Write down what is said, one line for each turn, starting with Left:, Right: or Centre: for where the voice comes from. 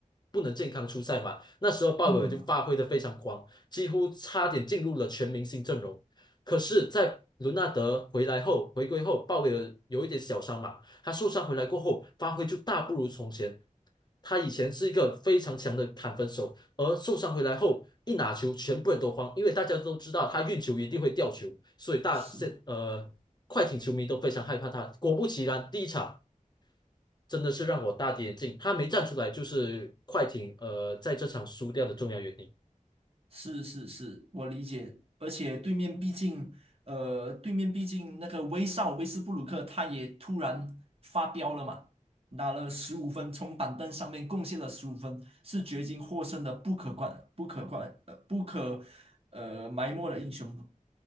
Left: 不能健康出赛嘛，那时候鲍威尔就发挥的非常狂，
Right: 嗯，啊
Left: 几乎差点进入了全明星阵容。可是，在伦纳德回来后，回归后，鲍威尔有一点小伤嘛，他受伤回来过后，发挥就大不如从前。他以前是一个非常强的砍分手。而受伤回来后，一拿球，全部人都慌，因为大家都知道他运球一定会掉球，所以大现呃快艇球迷都非常害怕他。
Right: 是
Left: 果不其然，第一场真的是让我大跌眼镜，他没站出来就是快艇呃在这场输掉的重要原因。
Right: 是是是，我理解。而且对面毕竟，呃，对面毕竟那个威少威斯布鲁克他也突然发飙了嘛，拿了十五分，从板凳上面贡献了十五分，是掘金获胜的不可观、不可观、呃、不可呃埋没的英雄。